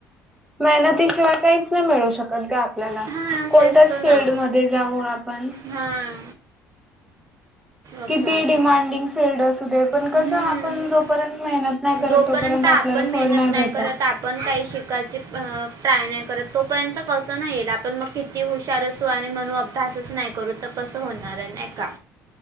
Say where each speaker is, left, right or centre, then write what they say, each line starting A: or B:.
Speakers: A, in the centre; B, on the right (about 40°).
A: मेहनतीशिवाय काहीच नाही मिळू शकत ग, आपल्याला
B: हां
A: कोणत्याच
B: तेच तर ना
A: फिल्ड मध्ये जाऊ आपण,
B: हां, असं
A: किती
B: आहे
A: डिमांडिंग,
B: का?
A: फिल्ड असू दे पण
B: हं.
A: कसं आपण जोपर्यंत मेहनत नाही करत
B: जोपर्यंत
A: तोपर्यंत
B: आपण
A: आपल्याला
B: मेहनत
A: फळ नाही भेटत.
B: करत, आपण काही शिकायची प्राय नाही करत तोपर्यंत कसं नाही येईल आपण मग, ती हुशार असू आणि म्हणू अभ्यासच नाही करू तर कसं होणार आहे नाही का,